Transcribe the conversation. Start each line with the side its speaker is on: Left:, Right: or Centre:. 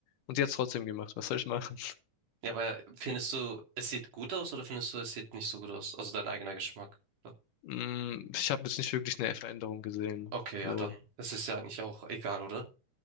Left: Und sie hat's trotzdem gemacht. Was soll ich machen?
Right: Ja, aber findest du, es sieht gut aus oder findest du, es sieht nicht so gut aus? Also dein eigener Geschmack. So.
Left: Mm, Ich habe jetzt nicht wirklich eine Veränderung gesehen.
Right: Okay,
Left: So.
Right: ja, dann. Es ist ja eigentlich auch egal, oder?